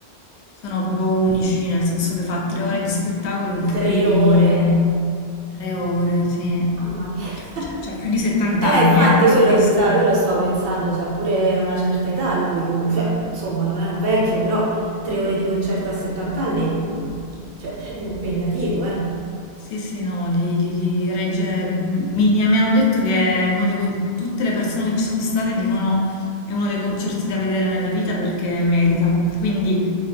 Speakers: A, on the left (about 90°); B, on the right (about 60°).
A: sono proprio unici, nel senso che fa tre ore di spettacolo in cui...
B: tre ore.
A: Tre ore, sì.
B: Mamma mia.
A: Cioè,
B: <laughs>
A: c'ha più di 70
B: Eh,
A: anni,
B: infatti
A: eh, Bruce
B: quello,
A: Pristi.
B: ti sta- quello stavo pensando, c'ha pure una certa età lui, comu- cioè, insomma, non è un vecchio, però tre ore di concerto a 70 anni, mm, cioè, <laughs> è impegnativo, eh.
A: Sì, sì, no, li, li- li regge. Mi, mi hanno detto che è uno dei, con- tutte le persone che ci sono state dicono è uno dei concerti da vedere nella vita perché merita.
B: Mm,
A: Quindi